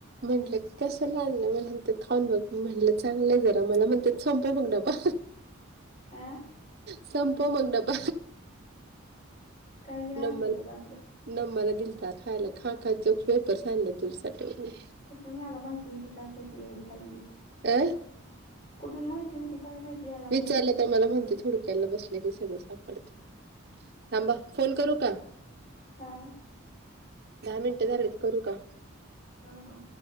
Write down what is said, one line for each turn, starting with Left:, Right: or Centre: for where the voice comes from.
Right: म्हंटलं कशाला आणलं मला ते खाऊन बघ म्हटलं चांगलंय जरा मला म्हण ते संप बग डपा
Left: अं
Right: संपो मग नाप
Left: काही बी आणतय
Right: नमल
Left: बघ असलं
Right: नं मला दिलतात खायला खा खायचे पेपरस आणले तुझ्यासाठीण
Left: खुत नाही आला माहिती होती काय माहिती एवढी खाल्ली.
Right: अ
Left: कुठून माहिती होती काय माहिती ह्याला मला
Right: विचारलं
Left: एवढी
Right: तर मला म्हणते थोडक्याला बसलं की सगळं सापडते. थांबा फोन करू का?
Left: हां
Right: दहा मिनटे झालेत करू का?
Left: हो हो